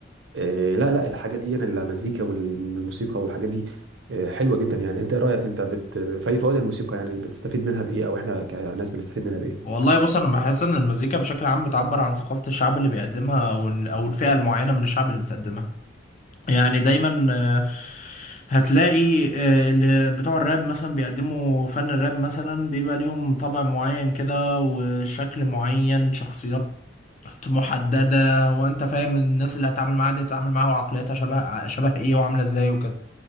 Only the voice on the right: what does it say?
إيه لا لا الحاجات دي يعني المزيكا والموسيقى والحاجات دي آه، حلوه جدا يعني انت ايه رايك انت بت... في أي فوائد الموسيقى يعني بتستفيد منها بايه او احنا كناس بنستفيد منها بايه